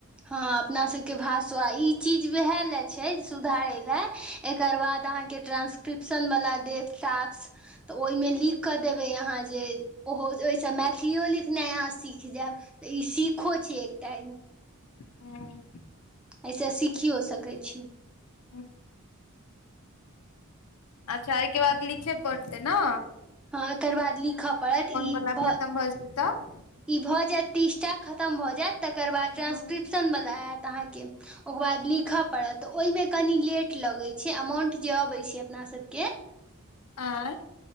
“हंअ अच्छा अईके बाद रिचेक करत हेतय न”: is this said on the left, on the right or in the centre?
Left